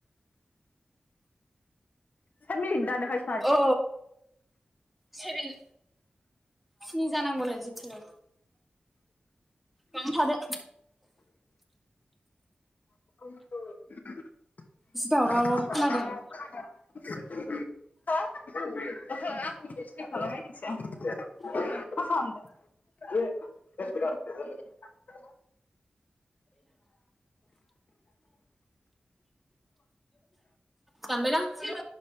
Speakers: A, on the left; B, in the centre.
A: सात मिनिटनि दानोखायो
B: औ सेरेन स्नि जानांगौनो जिखुनु बावनो थादो।
A: <unintelligible> ओहो
B: जि दावराव खोनादों
A: आंनि नोंसिनि हरना नायदोंसो। मा खालामदो?
B: दानबायदां।